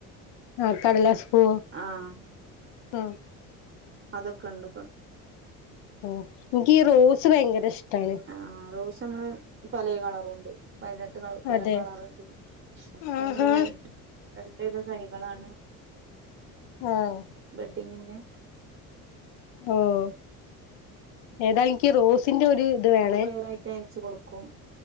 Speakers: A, on the left; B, on the right.
A: ആഹ് കടലാസ്പ്പൂ
B: ആഹ്
A: ആഹ്
B: അതൊക്കെണ്ട്
A: ഓഹ് ഇൻക്ക് ഈ റോസ് ഭയങ്കര ഇഷ്ടാണ്
B: ആഹ് റോസ് നമ്മളേ പലേ കളറുണ്ട് പതിനെട്ട് കള തരം
A: അതെ
B: കളറ് <unintelligible>
A: ആഹാ
B: ബെഡെയ്ത തൈകളാണ്
A: ആഹ്
B: ബെഡ്ഡിങ്ങിന്റെ
A: ഓഹ് ഏതാലു ഇക്ക് റോസിന്റെ ഒരു ഇത് വേണേ
B: റായിട്ട് അയച്ചു കൊടുക്കും